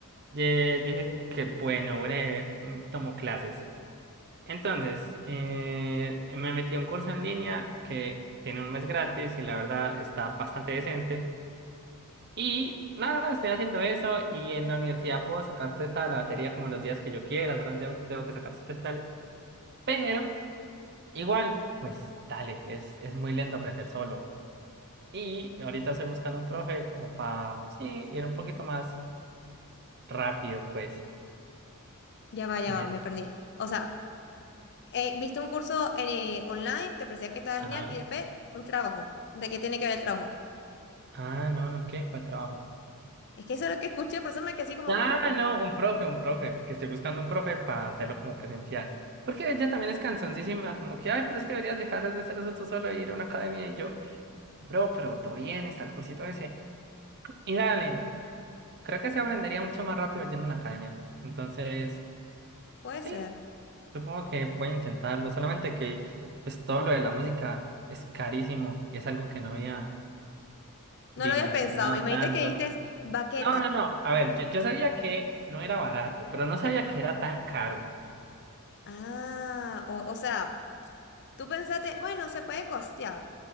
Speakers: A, on the right; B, on the left.
A: Ye- dije como que, bueno, breve, mm, tomo clases. Entonces, eh, me metí a un curso en línea que tiene un mes gratis y la verdad está bastante decente. Y nada, estoy haciendo eso y en la universidad puedo sacar prestada la batería como los días que yo quiera, solo tengo, tengo que sacar sus prestales. Pero igual, pues dale, es, es muy lento aprender solo. Y ahorita estoy buscando un profe como para, sí, ir un poquito más rápido, pues.
B: Ya va, ya
A: Y,
B: va, me perdí. O sea. Eh, viste un curso en, eh, online, te parecía que estaba
A: ajá.
B: genial, y después un trabajo. ¿De qué tiene que ver el trabajo?
A: Ah, no, no, ¿qué? ¿Cuál trabajo?
B: Es que eso es lo que escuché, por eso me quedé así como,
A: Ah,
B: ¿qué?
A: no, un profe, un profe, que estoy buscando un profe para hacerlo como presencial. Porque ella también es cansoncísima, como que, ay, pero es que deberías dejar de hacer eso tú solo e ir a una academia. Y yo, bro, pero todo bien, está el cursito ese. Y dale, creo que se aprendería mucho más rápido yendo a una academia. Entonces,
B: Puede
A: sí,
B: ser.
A: supongo que voy a intentarlo. Solamente que, pues todo lo de la música es carísimo y es algo que no había dimensionado
B: No lo habías pensado. Me
A: tanto.
B: dijiste que diste baqueta.
A: No, no, no. A ver, yo, yo sabía que no era barato, pero no
B: Ok.
A: sabía que era tan caro.
B: Ah, o, o sea. Tú pensaste, bueno, se puede costear,